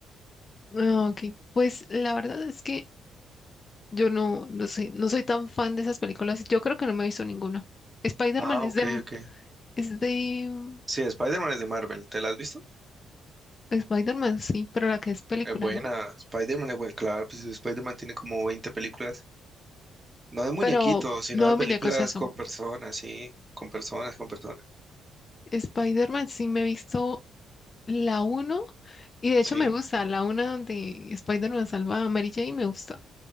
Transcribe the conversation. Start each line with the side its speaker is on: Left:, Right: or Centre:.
Left: ah, ok, pues la verdad es que yo no, no sé, no soy tan fan de esas películas. Yo creo que no me he visto ninguna. Spider-Man
Right: Ah,
Left: es
Right: ok,
Left: de...
Right: ok.
Left: Es de... mm,
Right: Sí, Spider-Man es de Marvel, ¿te la has visto?
Left: Spider-Man, sí, pero la que es película,
Right: Es buena,
Left: ¿no?
Right: Spider-Man es buena, claro, pues Spider-Man tiene como 20 películas, no de muñequitos,
Left: Pero
Right: sino
Left: no
Right: de
Left: de
Right: películas
Left: muñecos eso.
Right: con personas, sí, con personas, con personas,
Left: Spider-Man sí me he visto la uno y de
Right: sí.
Left: hecho me gusta, la una donde Spider-Man salva a Mary Jane me gusta.